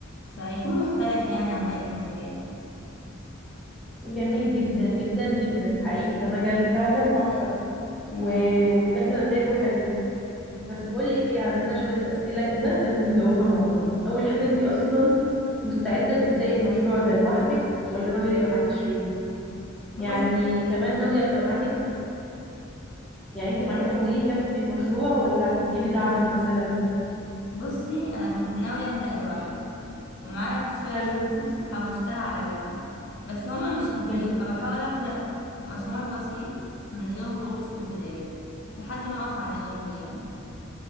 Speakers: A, on the left; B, in the centre.
A: فيكون مختلف يعني عن باقي الكافيهات
B: جميل جدا جدا جدا حقيقي ده مجال فعلا تحفة
A: مم.
B: و... وبجد نتائجه حلوة بس بقول لك ايه عندنا شوية أسئلة كده لازم نجاوبها مع بعض أول حاجة انت أصلا مستعدة تبدأي المشروع ده لوحدك ولا ناوية يبقى معاكي شريك؟ يعني
A: بص
B: كمان ناوية يبقى معاكي يعني انت معاكي تمويل يكفي المشروع ولا هتجيبي دعم مثلا
A: بصي انا كنت ناوية ابدأ لوحدي ومعايا شوية
B: حلو
A: فلوس حوشتها على جنب بس هما مش كتير
B: جميل
A: فبحاول ابدأ مشروع بسيط من غير قروض في البداية لحد ما اقف على رجلي يعني